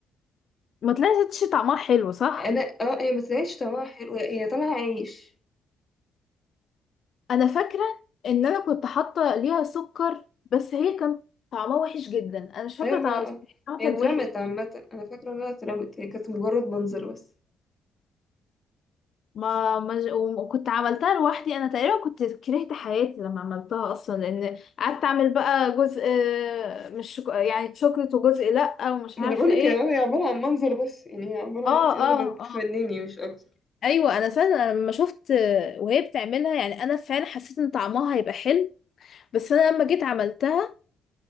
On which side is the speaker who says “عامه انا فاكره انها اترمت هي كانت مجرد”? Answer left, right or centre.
Left